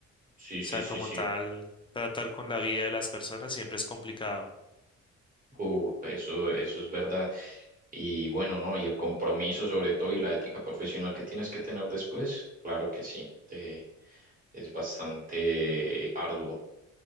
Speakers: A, on the right; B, on the left.
A: Sí,
B: sea,
A: sí, sí,
B: como
A: sí.
B: tal, tratar con la vida de las personas siempre es complicado.
A: Uh, eso, eso es verdad. Y bueno, ¿no? Y el compromiso sobre todo y la ética profesional que tienes que tener después, claro que sí, te- es bastante eh, arduo.